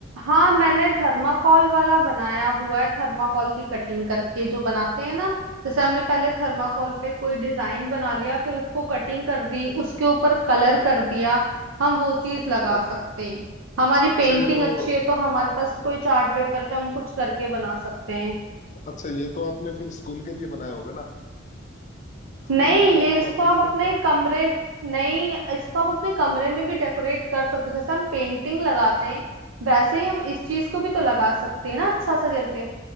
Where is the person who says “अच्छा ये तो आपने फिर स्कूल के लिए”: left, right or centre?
Left